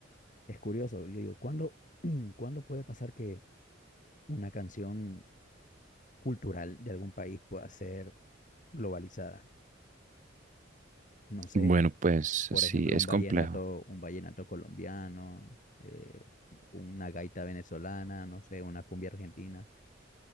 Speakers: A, on the left; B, on the right.
A: Es curioso, yo digo, ¿cuándo, <clears throat> ¿cuándo puede pasar que una canción cultural de algún país pueda ser globalizada? No sé,
B: Bueno, pues
A: Por
B: sí,
A: ejemplo,
B: es
A: un vallenato,
B: complejo.
A: un vallenato colombiano, eh, una gaita venezolana, no sé, una cumbia argentina.